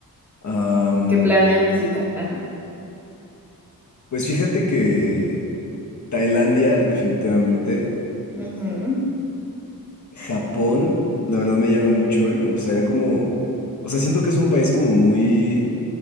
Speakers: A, on the left (about 50°); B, in the centre.
A: Am,
B: que planeas visitar? Ajá.
A: pues fíjate que Tailandia, definitivamente.
B: Ujú,
A: Japón, la verdad me llama mucho y me gustaría como, o sea, siento que es un país como muy,